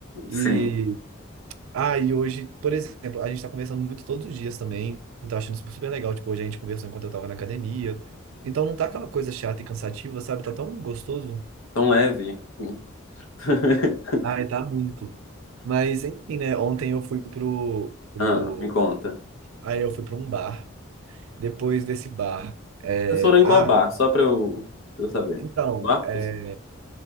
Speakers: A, on the right (about 80°); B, on the left (about 75°).
A: e
B: sim,
A: ah, e hoje, por exemplo, a gente tá conversando muito todos os dias também. Tá achando super super legal. Tipo, hoje a gente conversou enquanto eu tava na academia. Então não tá aquela coisa chata e cansativa, sabe? Tá tão gostoso.
B: tão leve. Hum. <laughs>
A: Ai, tá muito. Mas, enfim, né? Ontem eu fui pro, pro...
B: Ah, me conta.
A: Aí eu fui pra um bar. Depois desse bar... É...
B: Vocês foram em
A: Ah,
B: qual bar? Só pra eu, pra eu saber.
A: então...
B: Marcos?
A: É...